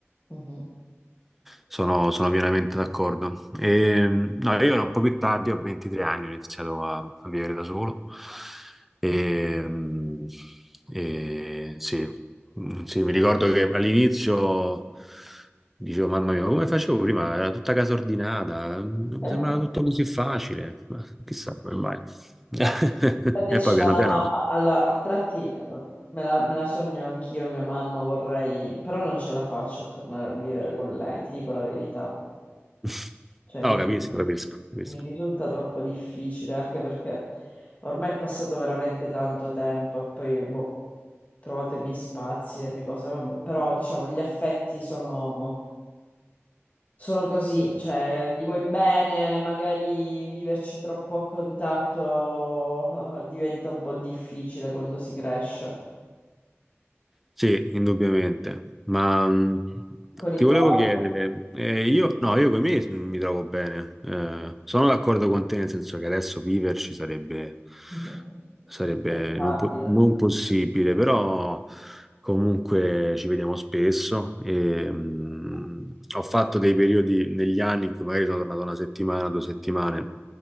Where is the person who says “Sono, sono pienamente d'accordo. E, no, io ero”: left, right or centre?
Centre